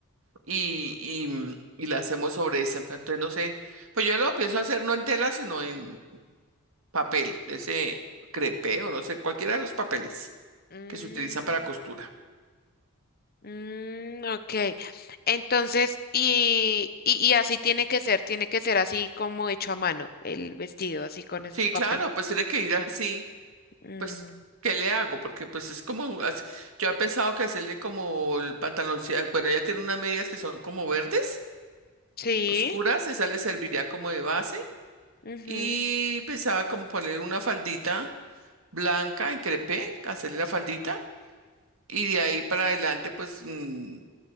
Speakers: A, on the right; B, on the left.
A: y, y, mm, y la hacemos sobre ese. pero Entonces no sé, pues yo lo pienso hacer no en tela, sino en papel, de ese crepé o no sé, cualquiera de los papeles
B: Mm.
A: que se utilizan para costura.
B: Mm, ok. Entonces, y, y, y así tiene que ser, tiene que ser así como hecho a mano, el vestido, así con esos
A: Sí,
B: papeles.
A: claro, pues tiene que ir así,
B: Mm,
A: pues, ¿qué le hago? Porque pues es como, as- yo he pensado que hacerle como el pantaloncillo, bueno, ella tiene unas medidas que son como verdes,
B: sí.
A: oscuras, esa le serviría como de base
B: ujú.
A: y pensaba como poner una faldita blanca en crepé, hacerle la faldita y de ahí para adelante pues mm,